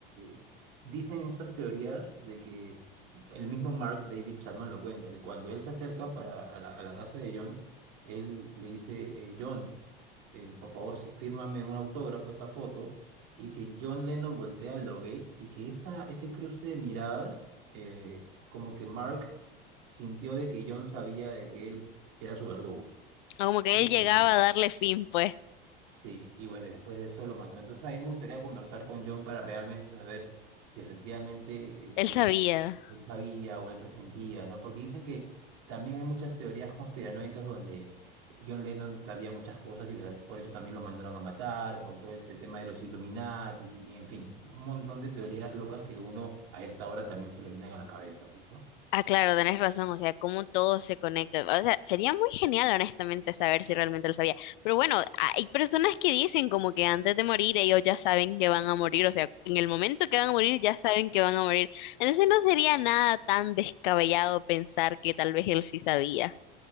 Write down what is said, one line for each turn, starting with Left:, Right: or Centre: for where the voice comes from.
Right: eh, dicen estas teorías de que el mismo Mark David Chapman lo cuenta, que cuando él se acerca para, a la, a la casa de John, él le dice, eh, John, eh, por favor, sí, fírmame un autógrafo, esta foto, y que John Lennon voltea, lo ve, y que esa, ese cruce de miradas, eh, como que Mark sintió de que John sabía de que él era su verdugo.
Left: O como que
Right: y
Left: él
Right: que
Left: llegaba a darle fin, pues.
Right: Sí, y bueno, y después de eso lo mató. Entonces a mí me gustaría conversar con John para realmente saber si efectivamente eh,
Left: Él sabía.
Right: él, él sabía o él presentía, ¿no? Porque dicen que también hay muchas teorías conspiranoicas donde John Lennon sabía muchas cosas y verdad- por eso también lo mandaron a matar, por todo este tema de los Illuminati, y en fin, un montón de teorías locas que uno a esta hora también se le vienen a la cabeza, pues, ¿no?
Left: Ah, claro, tenés razón, o sea, cómo todo se conecta. O sea, sería muy genial, honestamente, saber si realmente lo sabía. Pero bueno, hay personas que dicen como que antes de morir ellos ya saben que van a morir, o sea, en el momento que van a morir ya saben que van a morir. Entonces no sería nada tan descabellado pensar que tal vez él sí sabía.